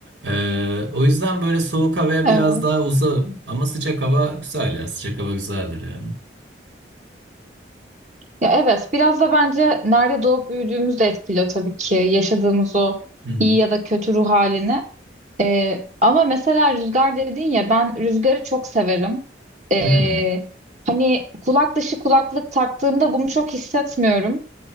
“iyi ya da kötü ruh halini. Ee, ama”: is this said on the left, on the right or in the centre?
Right